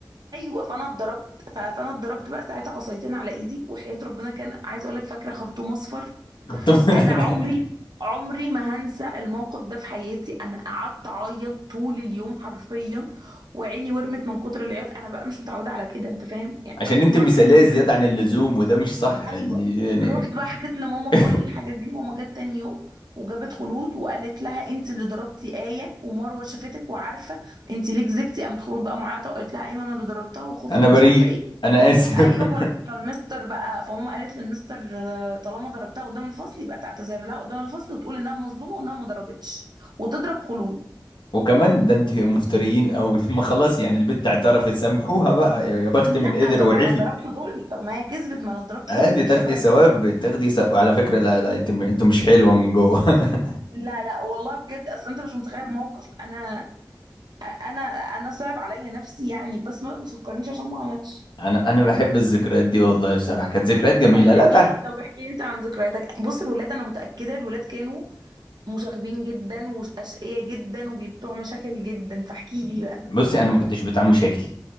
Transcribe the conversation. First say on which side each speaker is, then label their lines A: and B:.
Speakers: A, on the right; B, on the left.
A: ايوه فانا اتضربت ف- فانا اتضربت بقى ساعتها عصايتين على ايدي وحياه ربنا كان عايز اقول لك فاكره خرطوم اصفر
B: كنت <laughs>
A: انا عمري عمري ما هنسى الموقف ده في حياتي انا قعدت اعيط طول اليوم حرفيا وعيني ورمت من كتر العياط انا بقى مش متعوده على كده انت فاهم يعني
B: عشان
A: اول
B: انت
A: مره
B: مثالية
A: في حياتي اتضرب
B: زيادة عن اللزوم وده مش صح اللي
A: ايوه
B: يعني
A: رحت بقى حكيت لماما
B: <laughs>
A: كل الحاجات دي ماما جت تاني يوم وجابت خلود وقالت لها انت اللي ضربتي آية ومروه شافتك وعارفه انت ليه كذبتي قامت خلود بقى معيطه وقالت لها ايوه انا اللي ضربتها وخفت
B: انا
A: ومش
B: بريء
A: عارفه ايه
B: انا اسف
A: ايوه
B: <laughs>
A: فال- فالمستر بقى فماما قالت للمستر آه، طالما ضربتها قدام الفصل يبقى تعتذر لها قدام الفصل وتقول انها مظلومه وانها ما ضربتش وتضرب خلود
B: وكمان ده انت مفتريين او <laughs> ما خلاص يعني البت اعترفت سامحوها بقى يا بخت
A: لا
B: من قدر
A: طب
B: وعفي
A: ما انا ضربت ظلم طب ما هي كذبت ما انا ضربت
B: عادي
A: ظلم
B: تاخدي
A: بسببها
B: ثواب تاخدي ثواب على فكرة لا لا انت انت مش حلوة من جوه <laughs>
A: لا لا والله بجد اصل انت مش متخيل الموقف انا انا انا صعب عليا نفسي يعني بس ما تفكرنيش عشان ما اعيطش
B: انا انا بحب الذكريات دي والله بصراحة كانت ذكريات جميلة
A: طب احكي
B: لا تع...
A: لي طب احكي لي انت عن ذكرياتك بص الولاد انا متاكده الولاد كانوا مشاغبين جدا واشقياء جدا وبيبتوع مشاكل جدا فاحكي لي بقى
B: بصي انا ما كنتش بتاع مشاكل